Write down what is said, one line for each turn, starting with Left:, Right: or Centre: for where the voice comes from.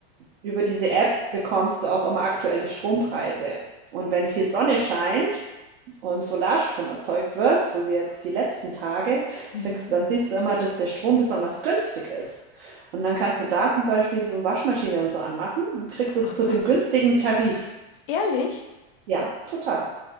Right: über diese App bekommst du auch immer aktuelle Strompreise. Und wenn viel Sonne scheint und Solarstrom erzeugt wird, so wie jetzt die letzten Tage,
Left: Mhm.
Right: kriegst, dann siehst du immer, dass der Strom besonders günstig ist. Und dann kannst du da zum Beispiel so Waschmaschine und so anmachen und kriegst es
Left: Ach
Right: zu dem
Left: was.
Right: günstigen Tarif.
Left: Ehrlich?
Right: Ja, total.